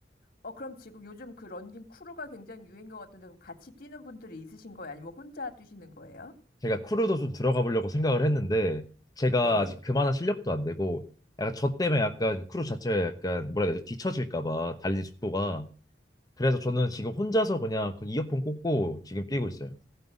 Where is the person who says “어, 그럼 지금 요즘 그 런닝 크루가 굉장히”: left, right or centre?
Left